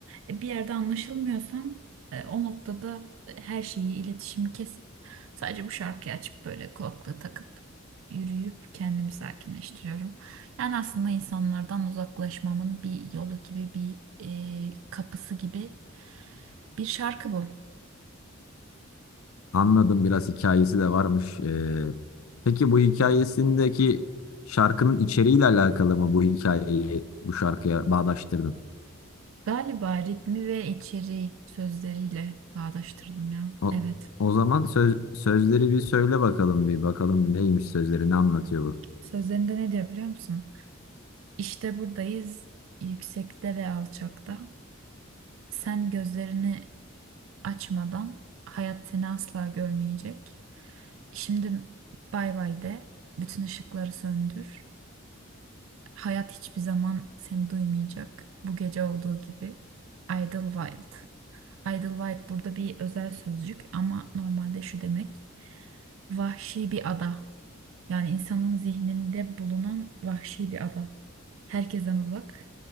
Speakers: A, on the right; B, on the left.
A: e, bir yerde anlaşılmıyorsam e, o noktada e, her şeyi iletişimi kesip sadece bu şarkıyı açıp böyle kulaklığı takıp yürüyüp kendimi sakinleştiriyorum. Yani aslında insanlardan uzaklaşmamın bir yolu gibi bir e, kapısı gibi bir şarkı bu.
B: Anladım biraz hikayesi de varmış. Ee, peki bu hikayesindeki şarkının içeriğiyle alakalı mı bu hikayeyi bu şarkıya bağdaştırdın?
A: Galiba ritmi ve içeriği sözleriyle bağdaştırdım ya.
B: O,
A: Evet.
B: o zaman söz, sözleri bir söyle bakalım bir bakalım bir neymiş sözleri ne anlatıyor bu?
A: Sözlerinde ne diyor biliyor musun? İşte buradayız yüksekte ve alçakta. Sen gözlerini açmadan hayat seni asla görmeyecek. Şimdi bay bay de bütün ışıkları söndür. Hayat hiçbir zaman seni duymayacak. Bu gece olduğu gibi. Idlewild. Idlewild burada bir özel sözcük ama normalde şu demek. Vahşi bir ada. Yani insanın zihninde bulunan vahşi bir ada. Herkesten uzak.